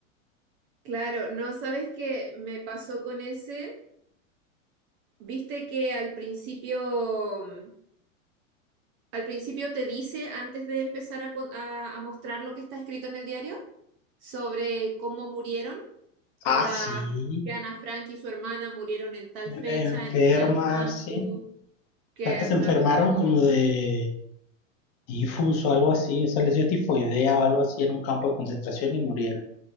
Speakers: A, on the right; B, on the left.
A: Claro, no sabes qué me pasó con ese. Viste que al principio, mm, al principio te dice, antes de empezar a, con- a a mostrar lo que está escrito en el diario, sobre cómo murieron. Onda,
B: Ah, sí,
A: que Ana Frank y su hermana murieron en tal fecha,
B: enfermas,
A: en tal campo,
B: sí.
A: que
B: O sea, que se
A: bla,
B: enfermaron
A: bla,
B: como
A: bla.
B: de tifus o algo así, o sea, les dio tifoidea o algo así en un campo de concentración y murieron.